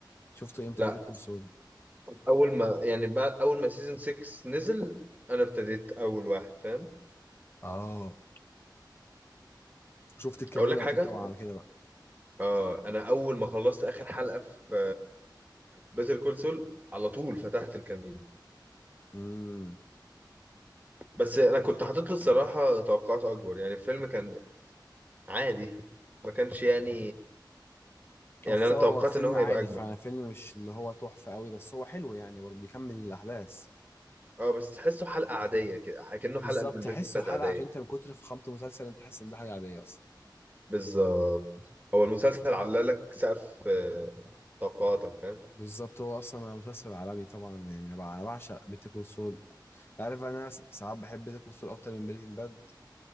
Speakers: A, on the left; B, on the right.
A: شفته امتى
B: لا
A: بيتر كول سول
B: اول ما يعني بعد اول ما سيزون 6 نزل انا ابتديت اول واحد فاهم
A: اه شفت الكامينو
B: اقول لك حاجه
A: اكيد طبعا على كده بقى
B: اه انا اول ما خلصت اخر حلقه في باتل كول سول على طول فتحت الكمين
A: امم
B: بس انا كنت حاطط له الصراحه توقعات اكبر يعني الفيلم كان عادي ما كانش يعني يعني
A: هو ف-
B: انا
A: هو
B: توقعت
A: فيلم
B: ان هو هيبقى
A: عادي
B: اجمل
A: فعلا فيلم مش اللي هو تحفه قوي بس هو حلو يعني برضه بيكمل الاحداث
B: اه بس تحسه حلقه عاديه كده كانه
A: بالظبط
B: حلقه من
A: تحسه
B: بريكنج باد
A: حلقة
B: عاديه
A: عشان انت من كتر فخامة المسلسل انت حاسس ان ده حاجة عادية اصلا
B: بالظبط هو المسلسل علالك سقف آه، توقعاتك فاهم
A: بالظبط هو اصلا مسلسل عالمي طبعا يعني انا بع- أنا بعشق بيتر كول سول عارف بقى انا س- ساعات بحب بيتر كول سول اكتر من بريكنج باد